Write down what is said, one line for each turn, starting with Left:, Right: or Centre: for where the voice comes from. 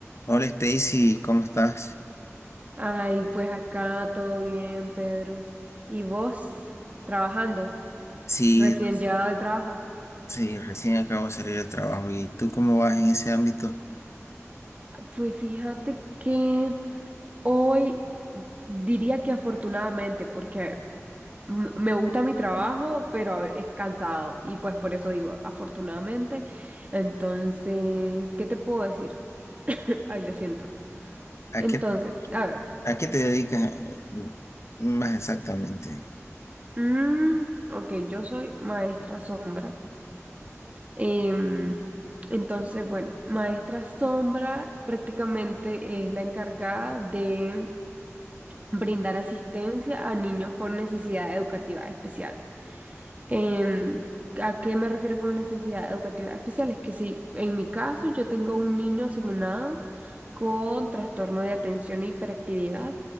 Left: Hola Stacy, ¿cómo estás?
Right: Ay, pues acá todo bien, Pedro. ¿Y vos trabajando,
Left: Sí,
Right: recién llegado al trabajo?
Left: sí, recién acabo de salir del trabajo. ¿Y tú cómo vas en ese ámbito?
Right: Pues fíjate que hoy diría que afortunadamente, porque m- me gusta mi trabajo, pero a ve- es cansado y pues por eso digo afortunadamente. Entonces, ¿qué te puedo decir? <clears throat> Ay, lo siento.
Left: ¿A
Right: Entonces,
Left: qué,
Right: a ver.
Left: a qué te dedicas eh, más exactamente?
Right: mm, ok, yo soy maestra sombra. Em, entonces, bueno, Maestra Sombra prácticamente es la encargada de brindar asistencia a niños con necesidades educativas especiales. Em, ¿a qué me refiero con necesidades educativas especiales? Que si en mi caso yo tengo un niño asignado con trastorno de atención e hiperactividad,